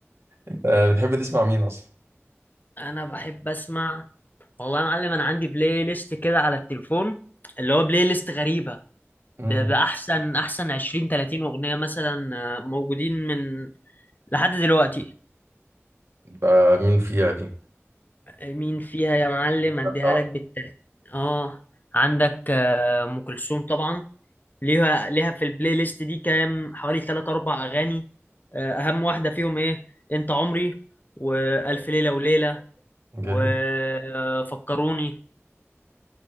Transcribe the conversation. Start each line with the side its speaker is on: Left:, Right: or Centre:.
Right: أنت بتحب تسمع مين أصلا؟
Left: انا بحب اسمع والله يا معلم انا عندي بلاي ليست كده على التليفون اللي هو بلاي ليست غريبة
Right: <laughs>
Left: ب-
Right: مم.
Left: بأحسن أحسن 20 30 أغنية مثلا آه، موجودين من لحد دلوقتي
Right: ده مين فيها دي
Left: مين فيها يا معلم اديها
Right: ده بتاع-
Left: لك بالترتيب اه عندك آه، ام كلثوم طبعا ليها ليها في البلاي ليست دي كام حوالي 3 4 اغاني آه، اهم واحده فيهم ايه انت عمري والف ليله وليله
Right: جامد
Left: وفكروني